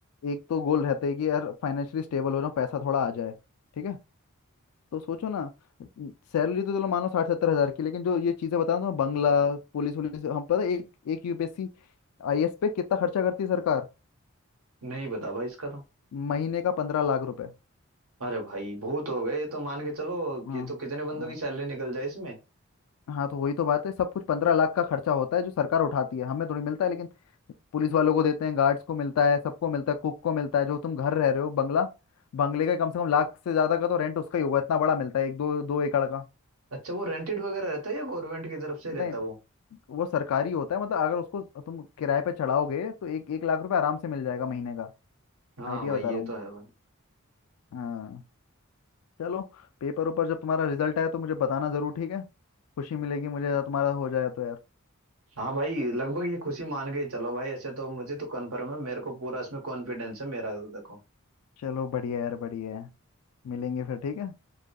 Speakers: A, on the left; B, on the right.
A: एक तो गोल रहता है कि यार फाइनेंशियली स्टेबल हो जाऊं पैसा थोड़ा आ जाए ठीक है तो सोचो ना सैलरी तो चलो मान लो साठ सत्तर हजार की लेकिन जो ये चीजें बता रहा हूँ बंगला पुलिस वुलिस हम पता है एक एक यूपीएससी आईएएस पे कितना खर्चा करती है सरकार
B: नहीं बता भाई इसका तो
A: महीने का पंद्रह लाख रुपए
B: अरे भाई बहुत हो गए ये तो मान के चलो
A: हाँ
B: ये तो कितने बंदों
A: हाँ
B: की सैलरी निकल जाए इसमें
A: हाँ तो वही तो बात है सब कुछ पंद्रह लाख का खर्चा होता है जो सरकार उठाती है हमें थोड़ी मिलता है लेकिन पुलिस वालों को देते हैं गार्ड्स को मिलता है सबको मिलता है कुक को मिलता है जो तुम घर रह रहे हो बंगला बंगले का कम से कम लाख से ज्यादा का तो रेंट उसका ही होगा इतना बड़ा मिलता है एक दो दो एकड़ का
B: अच्छा वो रेंटेड वगैरह रहता है या गवर्नमेंट की तरफ से रहता
A: नहीं
B: है वो
A: वो सरकारी होता है मतलब अगर उसको तुम किराए पे चढ़ाओगे तो एक एक लाख रुपए आराम से मिल जाएगा महीने का
B: हाँ
A: आइडिया
B: भाई
A: बता
B: ये
A: रहा
B: तो
A: हूँ
B: है भाई
A: हाँ चलो पेपर ऊपर जब तुम्हारा रिजल्ट आए तो मुझे बताना जरूर ठीक है खुशी मिलेगी मुझे अगर तुम्हारा हो जाए तो यार
B: हाँ भाई लगभग ये खुशी मान के ही चलो भाई ऐसे तो मुझे तो कंफर्म है मेरे को पूरा इसमें कॉन्फिडेंस है मेरा तो देखो
A: चलो बढ़िया यार बढ़िया है मिलेंगे फिर ठीक है